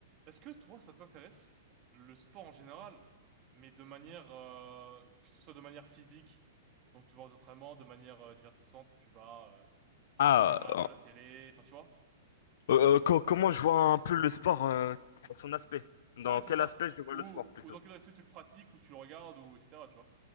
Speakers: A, on the right (about 40°); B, on the left (about 65°).
A: Est-ce que toi, ça t'intéresse le sport en général, mais de manière euh, que ce soit de manière physique, donc tu vas aux entraînements, de manière euh, divertissante, tu vas euh, tu
B: Ah,
A: vas voir des matchs
B: euh,
A: à la télé, enfin tu vois,
B: euh,
A: ça
B: co-
A: ça
B: comment
A: t'intéresse
B: je vois
A: toi?
B: un peu le sport euh, dans son aspect? Dans
A: Ouais, c'est
B: quel
A: ça.
B: aspect je vois
A: Ou
B: le sport plutôt?
A: ou dans quel esprit tu le pratiques, ou tu le regardes, ou etc. Tu vois,